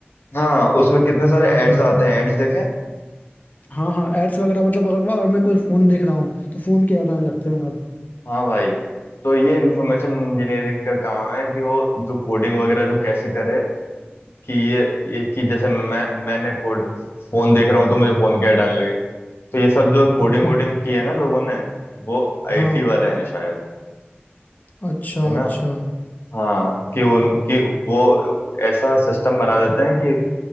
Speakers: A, on the left; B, on the left.
A: हाँ उसमें कितने सारे एड्स आते हैं एड्स देखे
B: हाँ हाँ एड्स वगैरह मतलब अगर अगर मैं कोई फोन देख रहा हूँ तो फोन के ऐड आने लगते हैं अब
A: हाँ भाई तो ये इंफॉर्मेशन इंजीनियरिंग का काम है कि वो जो कोडिंग वगैरह जो कैसे करे कि ये ये कि जैसे मैं मैंने कोड फोन देख रहा हूँ तो मुझे फोन की ऐड आने लगे तो ये सब जो कोडिंग
B: अच्छा
A: वोडिंग की है ना लोगों ने वो आईटी
B: हाँ
A: वाले हैं शायद
B: अच्छा
A: है ना
B: अच्छा
A: हाँ कि उनकी वो ऐसा सिस्टम बना देते हैं कि